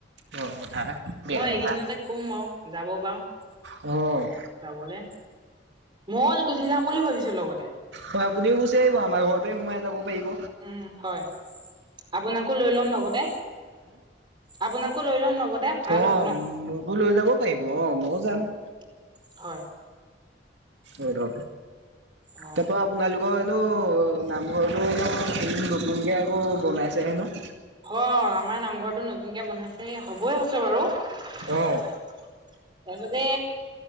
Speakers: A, on the right; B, on the right.
A: কথা বিয়া
B: মই
A: কথাা।
B: এইকেইদিনতে কম বাৰু যাব বাৰু।
A: অ',।
B: যাবলে, মই গুচি যাম বুলি ভাবিছো লগতে।
A: হয় আপুনিও গুচি আহিব, আমাৰ লগতে সোমাই যাব পাৰিব।
B: উম, হয় আপোনাকো লৈ ল'ম লগতে। আপোনাকো লৈ ল'ম লগতে। ভাল
A: অ',
B: হ'ব ন
A: মোকো লৈ যাব পাৰিব অ', ময়ো যাম।
B: অ হয়
A: অ
B: অ
A: তেপ আপোনালোকৰ হেনো নামঘৰটোনো হেৰি নতুনকৈ আকৌ বনাইছে হেনো
B: অ আমাৰ নামঘৰটোো নতুনকে বন্ধাইছে হবই হৈছে বাৰু তাৰপিছতে
A: অ